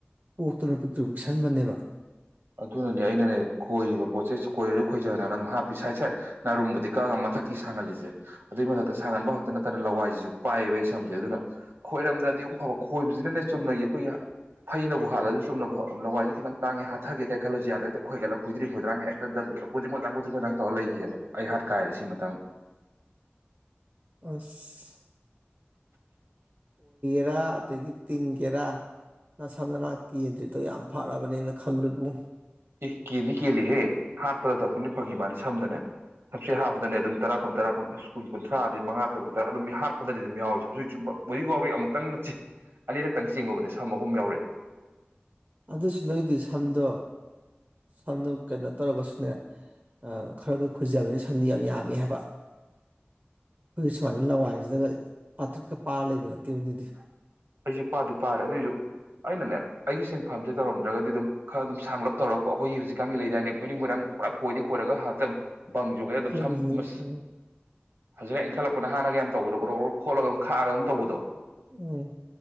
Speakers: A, on the right (about 45°); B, on the right (about 75°).
A: ꯄꯔꯞ ꯄꯤꯛꯛꯇ꯭ꯔ ꯄꯤꯛꯁꯟꯕꯅꯦꯕ
B: ꯑꯗꯨꯅꯅꯦ ꯑꯩꯅꯅꯦ ꯈꯣꯏꯔꯤꯕ ꯄꯣꯠꯁꯦ ꯈꯣꯏꯔꯤꯕ ꯑꯩꯈꯣꯏꯖꯅ ꯑꯗꯨꯝ ꯍꯥꯄꯤ ꯁꯥꯏꯠ ꯁꯥꯏꯠ ꯅꯥꯔꯨꯝꯕꯨꯗꯤ ꯀꯛꯒ ꯃꯊꯛ ꯀ ꯁꯉꯂꯤꯁꯦ ꯑꯗꯨꯏ ꯃꯊꯛꯇ ꯁꯥꯒꯕ ꯈꯥꯛꯛꯇꯅ ꯅꯠꯇꯅ ꯂꯋꯥꯏꯖꯨꯨꯞ ꯄꯥꯏꯑꯌꯦꯕ ꯑꯩ ꯁꯝꯁꯦ ꯑꯗꯨꯅ ꯈꯣꯏꯔꯝꯗ꯭ꯔꯗꯤ ꯑꯃꯨꯛ ꯐꯕ ꯈꯣꯏꯕꯁꯤꯅꯅꯦ ꯆꯨꯝꯅꯒꯤ ꯑꯩꯈꯣꯏꯒꯤ ꯐꯩꯅꯕꯨ ꯍꯥꯠꯂꯁꯨ ꯆꯨꯝꯅꯕꯕꯨ ꯂꯋꯥꯏꯁꯦ ꯈꯤꯇꯪ ꯇꯥꯡꯉꯦ ꯆꯠꯊꯒꯦ ꯀꯩ ꯈꯜꯂꯁꯤ ꯑꯗ ꯍꯛꯇ ꯈꯣꯏꯒꯠꯂ ꯍꯣꯏꯏꯗ꯭ꯔꯤ ꯍꯣꯏꯏꯗꯥꯉ ꯍꯦꯛꯇ ꯀꯨꯗ꯭ꯔꯤ ꯃꯨ꯭ꯔꯥꯡ ꯀꯨꯗ꯭ꯔꯤ ꯃꯊ꯭ꯔ ꯇꯧꯔ ꯂꯩꯒꯦꯕ ꯑꯩ ꯍꯥꯠ ꯀꯥꯏꯔꯦ ꯁꯤ ꯃꯇꯥꯡꯗ
A: ꯑꯁ ꯦꯔ ꯑꯗꯒꯤ ꯇꯤꯡꯒꯦꯔꯥ ꯅ ꯁꯝ ꯅꯅ ꯀꯦꯟꯗ꯭ꯔꯤꯗꯣ ꯌꯥꯝ ꯐꯔꯕꯅꯤꯅ ꯈꯜꯂꯕꯨ
B: ꯑꯦ ꯀꯦꯟꯗꯤ ꯀꯦꯜꯂꯤꯍꯦ ꯍꯥꯠꯄꯗ ꯗꯥꯛꯇꯣꯗꯤ ꯐꯪꯈꯤ ꯃꯥꯅꯤ ꯁꯝꯗꯅꯦ ꯁꯝꯆꯦꯠ ꯍꯥꯞꯄꯗꯅꯦ ꯑꯗꯨꯝ ꯇꯔꯥ ꯀꯨꯟ ꯇꯔꯥ ꯀꯨꯟ ꯀꯨꯟꯊ꯭ꯔꯥ ꯑꯗꯩ ꯃꯉꯥ ꯇꯔꯨꯛ ꯇꯔꯥ ꯑꯗꯨꯝ ꯍꯥꯠꯄꯗꯗꯤ ꯑꯗꯨꯝ ꯌꯥꯎꯏ ꯁꯝꯁꯦ ꯍꯧꯖꯤꯛ ꯌꯥꯎꯔꯤ ꯑꯃꯨꯛꯇꯪ ꯆꯤꯡ ꯑꯅꯤꯔꯛꯇꯪ ꯆꯤꯡꯒꯨꯝꯕꯅꯦ ꯁꯝ ꯑꯍꯨꯝ ꯌꯥꯎꯔꯛꯑꯦ
A: ꯑꯗꯨꯁꯨ ꯅꯣꯏꯒꯤ ꯁꯝꯗꯣ ꯁꯝꯗꯣ ꯀꯩꯅꯣ ꯇꯧꯔꯒꯁꯨꯅꯦ ꯈꯔꯒ ꯈꯣꯏꯖꯕꯅꯤ ꯁꯝꯗꯤꯣ ꯌꯥꯝ ꯌꯥꯝꯃꯤ ꯍꯥꯏꯕ ꯑꯩꯈꯣꯏꯒꯤ ꯁꯨꯃꯥꯏꯅ ꯂꯋꯥꯏꯁꯤꯗꯒ ꯄꯥꯇ꯭ꯔꯤꯛꯀ ꯄꯥꯔ ꯂꯩꯕ ꯅꯠꯇꯦꯕꯅꯤꯗꯤ
B: ꯑꯩꯁꯨ ꯄꯥꯗꯤ ꯄꯥꯔꯦ ꯑꯗꯨꯑꯣꯏꯁꯨ ꯑꯩꯅꯅꯦ ꯑꯩꯒꯤ ꯁꯤꯟꯐꯝꯁꯦ ꯇꯧꯔꯝꯗ꯭ꯔꯒꯗꯤ ꯑꯗꯨꯝ ꯈꯔ ꯑꯗꯨꯝ ꯁꯥꯡꯂꯞ ꯇꯧꯔꯒꯣ ꯑꯩꯈꯣꯏꯒꯤ ꯍꯧꯖꯤꯛꯀꯥꯟꯒꯤ ꯂꯩꯗꯥꯏꯅꯦ ꯈꯣꯏꯔꯡ ꯈꯣꯏꯔꯡ ꯄꯨꯔꯥ ꯈꯣꯏꯗꯤ ꯈꯣꯏꯔꯒ ꯍꯥꯇꯕ ꯕꯪ ꯌꯣꯛꯒꯦ ꯑꯗꯨꯝ
A: ꯍꯣꯏꯅꯦ
B: ꯁꯝꯁ
A: ꯍꯣꯏꯅꯦ ꯎꯝ
B: ꯍꯧꯖꯤꯛꯅ ꯏꯟꯈꯠꯂꯛꯄꯅ ꯍꯥꯟꯅꯒ ꯌꯥꯝ ꯇꯧꯕꯗꯣ ꯀꯣꯛ ꯈꯣꯠꯂꯒꯝ ꯈꯥꯛꯔꯒ ꯑꯗꯨꯝ ꯇꯧꯕꯗꯣ
A: ꯎꯝ